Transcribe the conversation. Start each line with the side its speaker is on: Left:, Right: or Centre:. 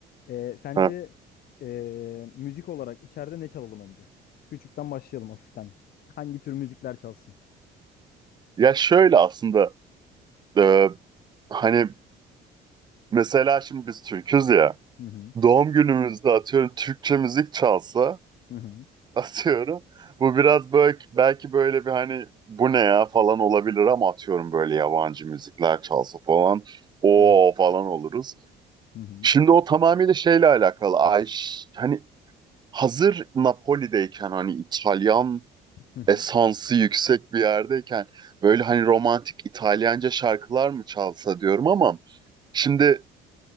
Left: Ee, sence
Right: Ha.
Left: ee, müzik olarak içeride ne çalalım önce? Küçükten başlayalım hafiften. Hangi tür müzikler çalsın?
Right: Ya şöyle aslında e, hani mesela şimdi biz Türk'üz ya.
Left: Hı hı.
Right: doğum günümüzde atıyorum Türkçe müzik çalsa
Left: Hı hı.
Right: <laughs> atıyorum. Bu biraz böyle belki böyle bir hani bu ne ya falan olabilir ama atıyorum böyle yabancı müzikler çalsa falan o
Left: Hı hı.
Right: falan oluruz.
Left: Hı hı.
Right: Şimdi o tamamıyla şeyle alakalı. Ay ş- hani hazır Napoli'deyken hani İtalyan
Left: Hı hı.
Right: esansı yüksek bir yerdeyken böyle hani romantik İtalyanca şarkılar mı çalsa diyorum ama şimdi